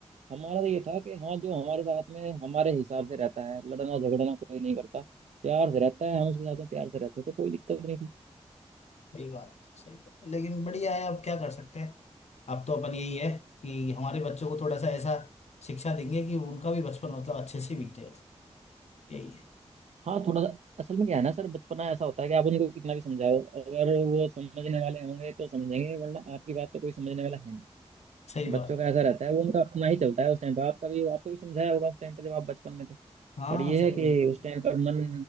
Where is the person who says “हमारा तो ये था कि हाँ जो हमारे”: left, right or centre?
Right